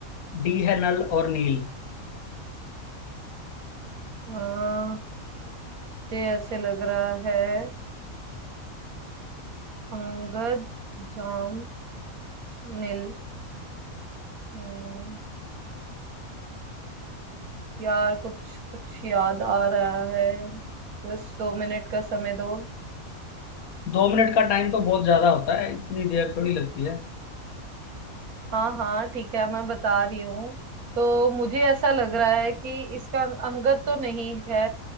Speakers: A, on the left; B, on the right.
A: डी है नल और नील
B: हाँ मुझे ऐसे लग रहा है अंगद जाम नील हम्म, यार कुछ कुछ याद आ रहा है बस दो मिनट का समय दो
A: दो मिनट का टाइम तो बहुत ज्यादा होता है इतनी देर थोड़ी लगती है
B: हाँ हाँ ठीक है मैं बता रही हूँ तो मुझे ऐसा लग रहा है कि इसका अंगद तो नहीं है